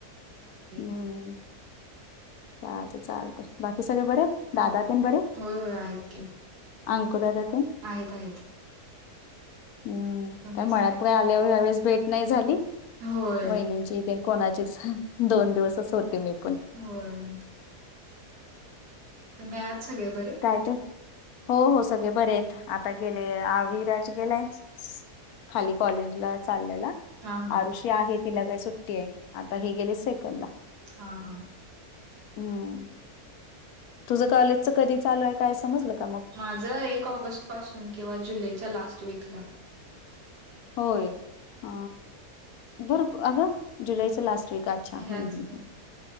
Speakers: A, on the right (about 85°); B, on the left (about 75°).
A: चालते की
B: हम्म काय आता चालतंय. बाकी सगळे बरे आहेत? दादा
A: हो
B: तेन बरे येत?
A: होय होय आहेत की
B: अंकू दादा तेन?
A: आहेत आहेत
B: हम्म
A: तुम्ही
B: काय मळ्यात
A: सगळे
B: बाय आल्यावर यावेळेस भेट नाही झाली.
A: होय
B: वहिनींची तेन कोणाचीच दोन दिवसच होते मी पण.
A: होय. तुम्ही आहात सगळे बरे?
B: काय ते? हो हो सगळे बरे आहेत. आता गेले आ विराज गेलाय खाली कॉलेजला चाललेला.
A: हा हा
B: आरुषी आहे तिला काय सुट्टी आहे. आता हे गेले सेकंडला.
A: हा, हा.
B: हम्म. तुझं कॉलेजच कधी चालू आहे काय समजलं का मग?
A: माझं एक ऑगस्टपासून किंवा जुलैच्या लास्टवीकला.
B: होय. अ बर अगं जुलैचा लास्टवीकात. अच्छा हम्म
A: ह्याच
B: हम्म हम्म